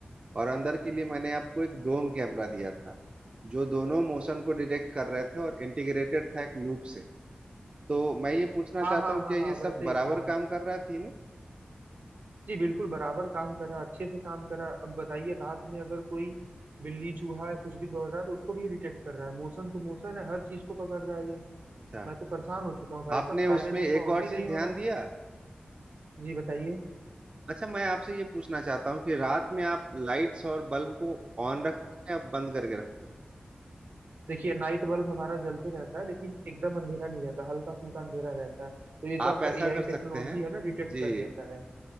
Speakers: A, on the right; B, on the right.
A: और अंदर के लिए मैंने आपको एक डोम कैमरा दिया था जो दोनों मोशन को डिटेक्ट कर रहे थे और इंटीग्रेटेड था एक लूप से तो मैं ये पूछना
B: हाँ
A: चाहता
B: हाँ
A: हूँ
B: हाँ
A: क्या ये
B: हाँ
A: सब
B: वैसे ही
A: बराबर
B: था
A: काम कर रहा है तीनों
B: जी बिल्कुल बराबर काम कर रहा अच्छे से काम कर रहा अब बताइए रात में अगर कोई बिल्ली चूहा या कुछ भी दौड़ रहा है तो उसको भी ये डिटेक्ट कर रहा है मोशन तो मोशन है हर चीज को पकड़ रहा है ये
A: अच्छा
B: मैं तो परेशान हो चुका हूँ भाई
A: आपने
B: साहब सायरन
A: उसमें
B: इसका
A: एक
B: ऑफ
A: और
B: ही
A: चीज
B: नहीं
A: ध्यान
B: हो रहा
A: दिया
B: है जी बताइए
A: अच्छा मैं आपसे ये पूछना चाहता हूँ कि रात में आप लाइट्स और बल्ब को ऑन रखते हैं या बंद करके रखते हैं
B: देखिए नाइट बल्ब हमारा जलते रहता है लेकिन एकदम अंधेरा नहीं रहता हल्का फुल्का अंधेरा रहता है तो ये जो
A: आप
B: आपका
A: ऐसा
B: एआई
A: कर सकते
B: टेक्नोलॉजी
A: हैं
B: है ना डिटेक्ट
A: जी
B: कर लेता है